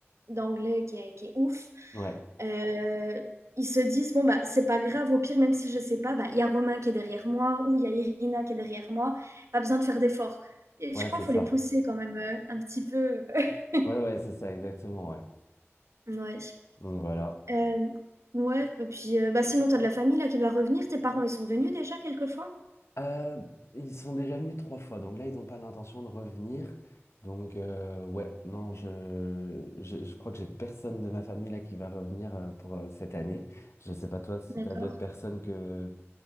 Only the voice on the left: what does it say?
Ouais,
ouais,
c'est
ça.
Ouais, ouais, c'est ça, exactement, ouais.
Donc voilà.
Euh, ils sont déjà venus trois fois, donc là, ils n'ont pas l'intention de revenir. Donc, euh, ouais, non, je, je, je crois que j'ai personne de ma famille là qui va revenir euh, pour euh, cette année. Je ne sais pas toi si
tu as d'autres personnes que,